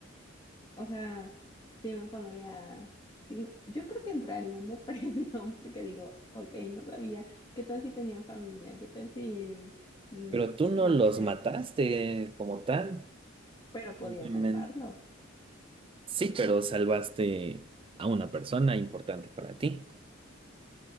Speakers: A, on the left; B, on the right.
A: O sea, sí me pondría, sí, yo creo que entraría en depresión <laughs> porque digo, ok, no sabía, ¿qué tal si tenían familia? ¿Qué tal si, mm,
B: Pero tú no
A: no
B: los
A: sé,
B: mataste como tal,
A: pero podía
B: simplemente
A: salvarlos?
B: sí, pero salvaste a una persona importante para ti.